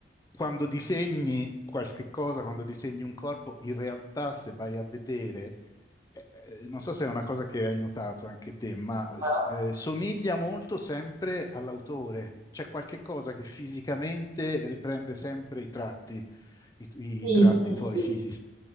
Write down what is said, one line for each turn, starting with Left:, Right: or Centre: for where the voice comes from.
Left: quando disegni qualche cosa, quando disegni un corpo, in realtà se vai a vedere, eh, eh, non so se è una cosa che hai notato anche te, ma s-
Right: Ah,
Left: eh, somiglia molto sempre all'autore. C'è qualche cosa che fisicamente riprende sempre i tratti, i,
Right: Sì,
Left: i tratti
Right: sì, sì.
Left: tuoi fisici.